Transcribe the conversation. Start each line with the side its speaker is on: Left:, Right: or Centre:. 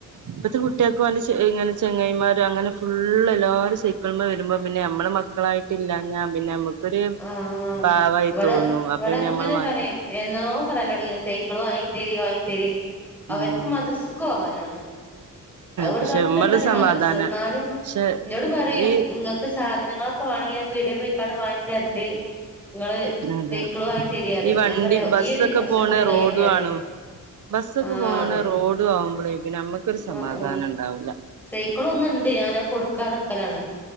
Right: ഇപ്പത്തെ കുട്ടികൾക്ക് ഇങ്ങനെ ചെങ്ങായിമാർ- അങ്ങനെ ഫുള് എല്ലാവരും സൈക്കിളിനമേ വരുമ്പോ പിന്നെ നമ്മടെ മക്കളായിട്ടില്ല ഞാൻ പിന്നെ- നമ്മുക്കൊരു
Centre: ആ അതെ
Right: പാവായി
Centre: ഇവിടെ
Right: തോന്നും അപ്പൊ
Centre: ഇവിടെ
Right: പിന്നെ
Centre: എങ്ങനെ
Right: നമ്മള് വായി
Centre: പറയും എന്നോ പറയല് - സൈക്കള് വാങ്ങി തരി വാങ്ങി തരി
Right: ഉം
Centre: അവർക്ക് മദ്രസക്ക് പോവാനാണ് അവിടെ
Right: പക്ഷെ
Centre: തൊട്ടടുത്താണ്
Right: നമ്മള് സമാധാന
Centre: മദ്രസ എന്നാലും
Right: പക്ഷെ
Centre: എന്നോട് പറയും
Right: ഈ
Centre: നിങ്ങൾക്ക് സാധനങ്ങളൊക്കെ വാണെങ്കിൽ ഞാൻ പീടിയെ പോയി- കടവാ- തെരണ്ട് നിങ്ങള്
Right: അതെ
Centre: സൈക്കിള് വാങ്ങി തരിക പറയും
Right: ഈ വണ്ടി
Centre: ഞാൻ പറയാ
Right: ബസ്സൊക്കെ
Centre: ഈ ഒരു വർഷം
Right: പോണ
Centre: കൂടി കയട്ടെ
Right: റോഡും
Centre: പറയും
Right: ആണ് ബസ്സൊക്കെ
Centre: ആ
Right: പോണ
Centre: അതെ
Right: റോഡും ആവുമ്പോളേ പിന്നെ നമ്മക്കൊരു സമാധാനം
Centre: ആ ആ
Right: ഉണ്ടാവൂല്ല
Centre: സൈക്കിള് ഒന്ന് ഉണ്ട് ഞാൻ അത് കൊടു- വാതാക്കലാണ്